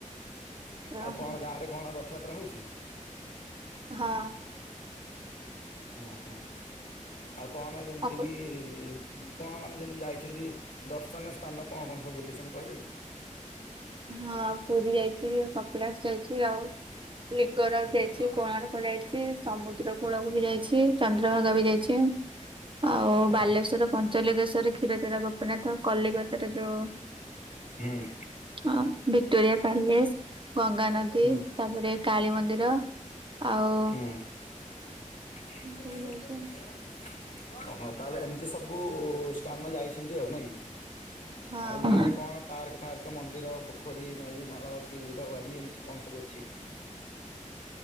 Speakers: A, on the right; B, on the left.
A: ଓହୋ
B: ଆଉ କଣ ଗାଁରେ କଣ ରଥଯାତ୍ରା ହଉଛି?
A: ହଁ
B: ହଁ ହଁ ଆଉ କଣ ଯେମିତି
A: ଅପ
B: କିି? କଣ ମାନେ ଯେମିତି ଯାଇଛନ୍ତି ଦର୍ଶନୀୟ ସ୍ଥାନ କଣ କଣ ସବୁ ବୁଲିଛନ୍ତି କହିବେ କି?
A: ହଁ ପୁରୀ ଯାଇଛି କପିଳାସ ଯାଇଛି ଆଉ ଲିଙ୍ଗରାଜ ଯାଇଛି
B: <unintelligible>
A: କୋଣାର୍କ ଯାଇଛି, ସମୁଦ୍ର କୂଳକୁ ବି ଯାଇଛି, ଚନ୍ଦ୍ରଭାଗା ବି ଯାଇଛି। ଆଉ
B: ଓହୋ
A: ବାଲେଶ୍ଵର ପଞ୍ଚଲିଙ୍ଗେଶ୍ଵର, କ୍ଷୀରଚରା ଗୋପୀନାଥ କଲିକତାରେ ଯୋଉ
B: ହୁଁ।
A: ଆଉ ଭିକଟୋରିଆ ପ୍ୟଲେସ୍। ଗଙ୍ଗା ନଦୀ
B: ହୁଁ।
A: ତାପରେ କାଳୀ ମନ୍ଦିର ଆଉ
B: ହୁଁ <unintelligible>
A: ସବୁ ଯାଇଛି।
B: ଓହୋ ତାହେଲେ ଏମିତି ସବୁ ସ୍ଥାନ ଯାଇଛନ୍ତି ଆଉ ନାଇଁ କି?
A: ହଁ
B: ଆଉ ଗାଁ ରେ କଣ ପାର୍କ ଫାର୍କ, ମନ୍ଦିର, ପୋଖରୀ, ନଈ ନାଳ କି ବିଲ ବାଡି। ଏଇ ଏମତି କଣ ସବୁ ଅଛି?